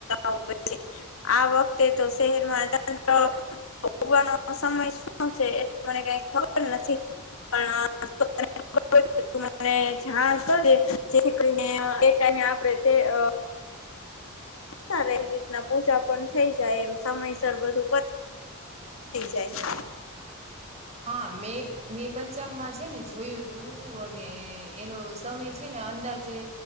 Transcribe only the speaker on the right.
હ.
હા મે મે પંચાંગ માં છે ને જોયું તું અને એનો સમય છે ને- - અંદાજે